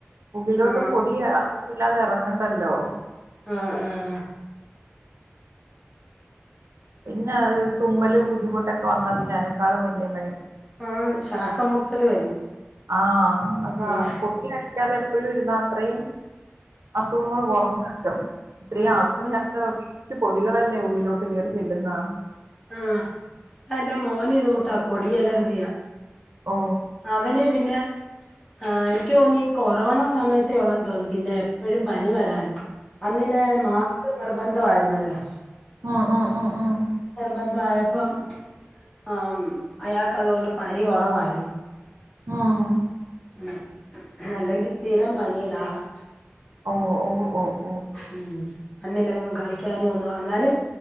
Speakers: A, on the right; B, on the left.
A: മുകളിലോട്ടും
B: ആ
A: പൊടി ല്ലാതെറങ്ങണ്ടല്ലോ
B: ആഹ ആഹ
A: പിന്നെ തുമ്മലും ബുദ്ധിമുട്ടൊക്കെ വന്നാ പിന്നെ അനക്കാളും വലിയ മണ
B: ആഹ ശ്വാസം മുട്ടല് വരും
A: ആഹ അതാ
B: ഉം
A: പൊടി അടിക്കാതെ എപ്പോഴും ഇരുന്നാ അത്രയും അസുഖങ്ങൾ കുറഞ്ഞ കട്ടും ഇത്രയും
B: ആന്ന്
A: ആവശ്യമില്ലാത്ത
B: ഇവിടെ
A: മറ്റ് പൊടികളല്ലേ ഉള്ളിലോട്ട് കയറി ചെല്ലുന്നാ
B: ആഹ എന്റെ മോന് ഇത് കൂട്ടാ പൊടി അലർജിയാ
A: ഓ
B: അവന് പിന്നെ ആ എനിക്ക് തോന്നി ഈ കൊറോണ സമയത്തേ ഉള്ളെന്ന് തോന്നി പിന്നെ എപ്പോഴും പനി വരാാന് അന്നില്ലേ മാസ് നിർബന്ധയിുന്നല്ലോ
A: ഉഹ ഉഹ ഉം ഉം
B: ബന്ധയപ്പോം ആ അയാൾക്ക്തുകൊണ്ട് പനി ഉറായിരുന്നു
A: ആഹ
B: ഉ അല്ലെങ്കിൽ സ്ഥിരം പനടാളാം
A: ഓ ഓ ഓ
B: ഉ മണ്ണിലും കളിക്കാനും ഒന്ന് വന്നാലും